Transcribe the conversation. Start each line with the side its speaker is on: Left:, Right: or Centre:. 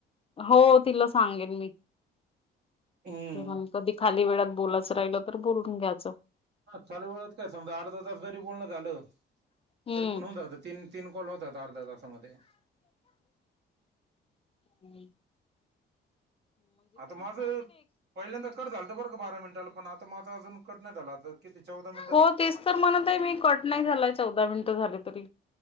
Left: हो तिलां सांगेल मी
Right: हम्मं
Left: ते म्हंणे कधीं खाली वेळांत बोलायंच राहिलं तरं बोलूंन घ्यायचं
Right: हं चालूंवळतं कायं समजां अर्धा तांस जरी बोलणं झालं तरी
Left: हम्म.
Right: पणं होऊंन जातं तीन तीनं कॉल होतांत अर्ध्या तासांमध्यें
Left: नाहीं
Right: आंता माझं पहिल्यांदा कंट झालं तरं बरं कां बारा मिनिटांला पणं आंता माझं अजूंन कंट नाहीं झालं आंता किती चौदा मिनीटे
Left: हो तेचं तरं म्हणते आहे मी कंट नाहीं झालायं चौदा मिनिटं झालं तरी